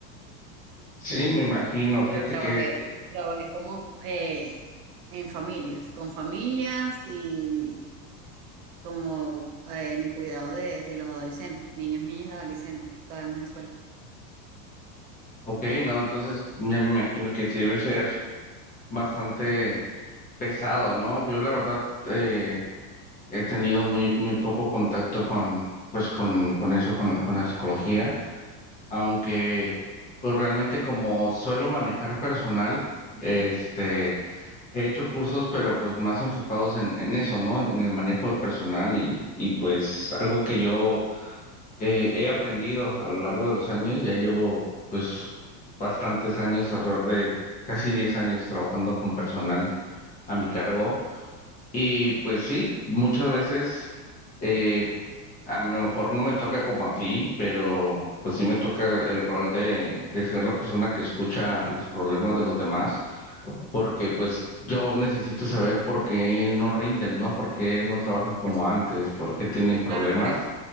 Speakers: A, on the left; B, on the right.
A: Sí, me imagino. Fíjate
B: eh, trabajé,
A: que
B: trabajé como eh, en familias, con familias y como eh, en el cuidado de, de los adolescentes, niños, niñas y adolescentes acá en Venezuela.
A: Ok, no, entonces ya me imagino que sí debe ser bastante pesado, ¿no? Yo la verdad eh, he tenido muy, muy poco contacto con, pues con, con eso, con, con la psicología, aunque pues realmente como suelo manejar personal, este, he hecho cursos, pero pues más enfocados en, en eso, ¿no? En, en el manejo de personal y, y pues algo que yo eh, he aprendido a lo largo de los años, ya llevo pues bastantes años, alrededor de casi 10 años trabajando con personal a mi cargo y pues sí, muchas veces eh, a lo mejor no me toca como a ti, pero pues sí me toca el, el rol de, de ser la persona que escucha los problemas de los demás, porque pues yo necesito saber por qué no rinden, ¿no? ¿Por qué no trabajan como
B: Por su-
A: antes? ¿Por qué tienen
B: sí,
A: problemas?
B: claro, por, e-